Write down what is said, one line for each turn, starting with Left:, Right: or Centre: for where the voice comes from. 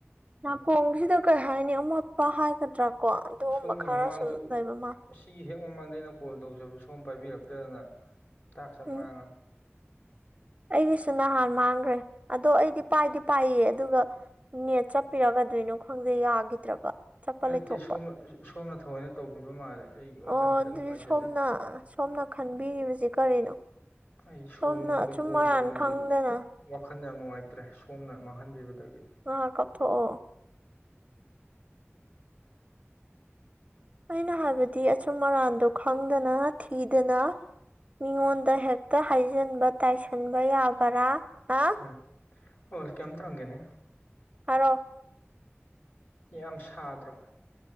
Right: ꯅꯥꯀꯣꯡꯁꯤꯗ ꯀꯩ ꯍꯥꯏꯅꯤ ꯑꯃꯣꯠꯄ ꯍꯥꯏꯒꯗ꯭ꯔꯥ ꯀꯣ ꯑꯗꯨꯒꯨꯝꯕ
Left: ꯁꯣꯝꯅ
Right: ꯈꯔ
Left: ꯃꯃꯥꯡꯁꯨ
Right: ꯁꯨꯝ ꯂꯩꯕ ꯃꯥꯜꯂ
Left: ꯑꯁꯤꯒꯤ ꯍꯦꯛ ꯃꯃꯥꯡꯗ ꯑꯩꯅ ꯀꯣꯜ ꯇꯧꯖꯕ ꯁꯣꯝ ꯄꯥꯏꯕꯤꯔꯛꯇꯗꯅ ꯇꯥꯛꯁ ꯑꯝ
Right: ꯎꯝ
Left: ꯃꯥꯡꯉꯝ
Right: ꯑꯩꯒꯤꯁꯨ ꯅꯍꯥꯟ ꯃꯥꯡꯈ꯭ꯔꯦ ꯑꯗꯣ ꯑꯩꯗꯤ ꯄꯥꯏꯗꯤ ꯄꯥꯏꯌꯦ ꯑꯗꯨꯒ ꯅꯦꯠ ꯆꯠꯄꯤꯔ ꯀꯗꯩꯋꯤꯅꯣ ꯈꯪꯗꯦ ꯌꯥꯈꯤꯗ꯭ꯔꯕ ꯆꯠꯄ
Left: ꯅꯠꯇꯦ
Right: ꯂꯩꯊꯣꯛꯄ
Left: ꯁꯣꯝꯅ ꯁꯣꯝꯅ ꯊꯑꯣꯏꯅ ꯇꯧꯕꯤꯕ ꯃꯥꯜꯂꯦ ꯑꯩ ꯋꯥꯈꯜ
Right: ꯑꯣ
Left: ꯈꯤꯇꯪ
Right: ꯑꯗꯨꯗꯤ
Left: ꯅꯨꯡꯉꯥꯏꯖꯗꯦ
Right: ꯁꯣꯝꯅ ꯁꯣꯝꯅ ꯈꯟꯕꯤꯔꯤꯕꯁꯤ ꯀꯔꯤꯅꯣ
Left: ꯑꯩ ꯁꯣꯝꯗ
Right: ꯁꯣꯝꯅ ꯑꯆꯨꯝ
Left: ꯀꯣꯜ
Right: ꯑꯔꯥꯟ
Left: ꯇꯧꯕꯁꯦ
Right: ꯈꯪꯗꯅ
Left: ꯋꯥꯈꯜ ꯌꯥꯝ ꯅꯨꯡꯉꯥꯏꯇ꯭ꯔꯦ ꯁꯣꯝꯅ ꯃꯥꯡꯍꯟꯕꯤꯕꯗꯒꯤ
Right: ꯑꯥ ꯀꯞꯊꯣꯛꯑꯣ ꯑꯩꯅ ꯍꯥꯏꯕꯗꯤ ꯑꯆꯨꯝ ꯑꯔꯥꯟꯗꯣ ꯈꯪꯗꯅ ꯊꯤꯗꯅ ꯃꯤꯉꯣꯟꯗ ꯍꯦꯛꯇ ꯍꯥꯏꯖꯤꯟꯕ ꯇꯥꯏꯁꯟꯕ ꯌꯥꯕꯔꯥ ꯑꯥ
Left: ꯎꯝ ꯑꯣꯁ ꯀꯩꯝꯇ ꯍꯪꯒꯦꯅꯦ
Right: ꯍꯥꯏꯔ‌ꯣ
Left: ꯌꯥꯝ ꯁꯥꯗ꯭ꯔꯣ